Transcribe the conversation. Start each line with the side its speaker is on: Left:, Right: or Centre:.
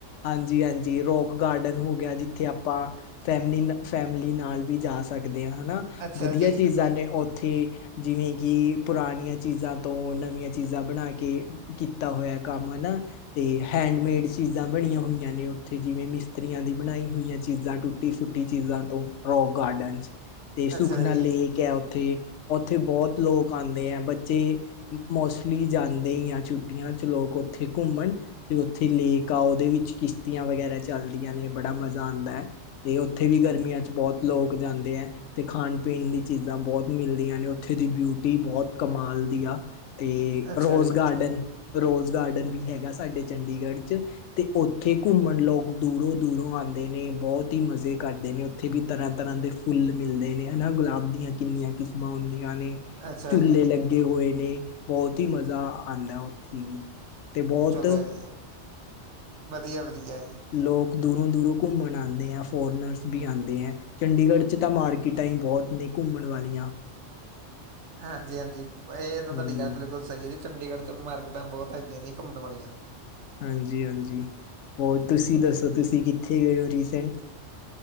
Left: ਹਾਂਜੀ ਹਾਂਜੀ ਰੋਕ ਗਾਰਡਨ ਹੋ ਗਿਆ ਜਿੱਥੇ ਆਪਾਂ ਫੈਮਲੀ ਫੈਮਲੀ ਨਾਲ ਵੀ ਜਾ ਸਕਦੇ ਆ ਹਨਾ
Right: ਅੱਛਾ
Left: ਵਧੀਆ
Right: ਜੀ
Left: ਚੀਜ਼ਾਂ ਨੇ ਉੱਥੇ ਜਿਵੇਂ ਕਿ ਪੁਰਾਣੀਆਂ ਚੀਜ਼ਾਂ ਤੋਂ ਨਵੀਆਂ ਚੀਜ਼ਾਂ ਬਣਾ ਕੇ ਕੀਤਾ ਹੋਇਆ ਕੰਮ ਹਨਾ ਤੇ ਹੈਂਡਮੇਡ ਚੀਜ਼ ਚੀਜ਼ਾਂ ਬਣੀਆਂ ਹੋਈਆਂ ਨੇ ਓਥੇ ਜਿਵੇਂ ਮਿਸਤਰੀਆਂ ਦੀ ਬਣਾਈ ਹੋਈਆਂ ਚੀਜ਼ਾਂ ਟੁੱਟੀ-ਫੁੱਟੀ ਚੀਜ਼ਾਂ ਤੋਂ। ਰੋਕ ਗਾਰਡਨ ਤੇ
Right: ਅੱਛਾ
Left: ਸੁਖਨਾ
Right: ਜੀ
Left: ਲੇਕ ਹੈ ਉੱਥੇ ਉਥੇ ਬੋਤ ਲੋਕ ਆਂਦੇ ਹੈ। ਬੱਚੇ- ਮੋਸਟਲੀ ਜਾਂਦੇ ਹੀ ਆ ਛੁੱਟੀਆਂ 'ਚ ਲੋਕ ਉਥੇ ਘੁੰਮਣ ਤੇ ਉਥੇ ਲੇਕ- ਗਾਂਵ ਵਿਚ ਕਿਸ਼ਤੀਆਂ ਵਗੈਰਾ ਚੱਲਦੀਆਂ ਨੇ ਬੜਾ ਮਜ਼ਾ ਆਂਦਾ ਹੈ। ਅਤੇ ਉਥੇ ਵੀ ਗਰਮੀਆਂ 'ਚ ਬਹੁਤ- ਲੋਕ ਜਾਂਦੇ ਹੈ। ਤੇ ਖਾਣ ਪੀਣ ਦੀ ਚੀਜਾ ਬਹੁਤ ਮਿਲਦੀਆਂ ਨੇ ਉਥੇ ਦੀ ਬਿਊਟੀ ਬਹੁਤ ਕਮਾਲ ਦੀ ਆ। ਤੇ
Right: ਅੱਛਾ
Left: ਰੋਜ਼
Right: ਜੀ
Left: ਗਾਰਡਨ ਰੋਜ਼ ਗਾਰਡਨ ਵੀ ਹੈਗਾ ਸਾਡੇ ਚੰਡੀਗੜ੍ਹ 'ਚ- ਤੇ ਉੱਥੇ ਘੁੰਮਣ ਲੋਕ ਦੂਰੋ- ਦੂਰੋ ਆਂਦੇ ਨੇ ਬੋਤ ਹੀ ਮਜ਼ੇ ਕਰਦੇ ਨੇ- ਉਥੇ ਵੀ ਤਰ੍ਹਾਂ- ਤਰ੍ਹਾਂ ਦੇ ਫੁੱਲ ਮਿਲਦੇ ਨੇ ਹੈ। ਨਾ ਗੁਲਾਬ ਦੀਆ ਕਿਨੀਆਂ ਕਿਸਮਾਂ ਹੁੰਦੀਆਂ ਨੇ-
Right: ਅੱਛਾ
Left: ਝੁਲੇ
Right: ਜੀ
Left: ਲੱਗੇ ਹੋਏ ਨੇ ਬਹੁਤ ਹੀ ਮਜ਼ਾ ਆਂਦਾ ਉਥੇ ਵੀ। ਤੇ ਬੋਤ-
Right: ਚਲੋ ਜੀ ਵਧੀਆ- ਵਧੀਆ ਜੀ-
Left: ਲੋਕ ਦੂਰੋ- ਦੂਰੋ ਘੁੰਮਣ ਆਦੇਂ ਆ ਫੋਰਨਰਸ ਵੀ ਆਂਦੇ ਹੈ। ਚੰਡੀਗੜ੍ਹ 'ਚ ਤਾਂ ਮਾਰਕੀਟਾਂ ਹੀ ਬੋਤ ਨੇ ਘੁੰਮਣ ਵਾਲੀਆਂ।
Right: ਹਾਂਜੀ- ਹਾਂਜੀ ਇਹ ਤਾਂ
Left: ਹਮ
Right: ਤੁਹਾਡੀ ਗੱਲ ਬਿਲਕੁਲ ਸਹੀ ਹੈ। ਜੀ ਚੰਡੀਗੜ੍ਹ 'ਚ ਮਾਰਕੀਟਾਂ ਬਹੁਤ ਹੈਗੀਆਂ ਜੀ ਘੁੰਮਣ ਵਾਲੀਆਂ।
Left: ਹਾਂਜੀ- ਹਾਂਜੀ ਹੋਰ ਤੁਸੀ ਦੱਸੋ ਤੁਸੀ ਕਿਥੇ ਗਏ ਹੋ ਰੀਸੈਟ।
Right: <inaudible>